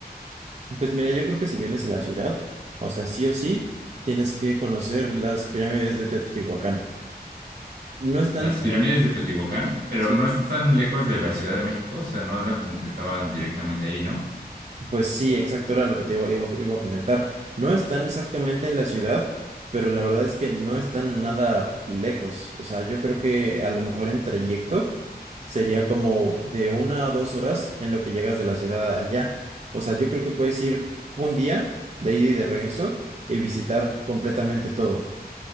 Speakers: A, on the right; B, on the right.
A: Pues mira, yo creo que si vienes a la ciudad, o sea, sí o sí, tienes que conocer las pirámides de Teotihuacán. No están,
B: Las pirámides de Teotihuacán, pero
A: sí,
B: no están lejos de la Ciudad de México, o sea, no era como que estaban directamente ahí, ¿no?
A: pues sí, exacto, era lo que te iba, iba- iba a comentar. No están exactamente en la ciudad, pero la verdad es que no están nada lejos. O sea, yo creo que a lo mejor en trayecto sería como de una a dos horas en lo que llegas de la ciudad allá. O sea, yo creo que puedes ir un día de ida y de regreso y visitar completamente todo.